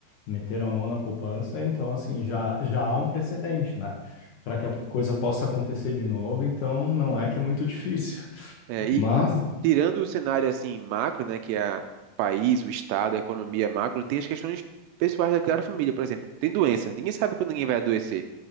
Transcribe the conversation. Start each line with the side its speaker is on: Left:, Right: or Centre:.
Left: Meteram a mão na poupança, então assim, já, já há um precedente, né? Para que a coisa possa acontecer de novo, então não é que é muito difícil. <laughs>
Right: É, e
Left: Mas,
Right: Tirando o cenário assim macro, né, que é o país, o estado, a economia macro, tem as questões pessoais daquela família, por exemplo, tem doença, ninguém sabe quando ninguém vai adoecer.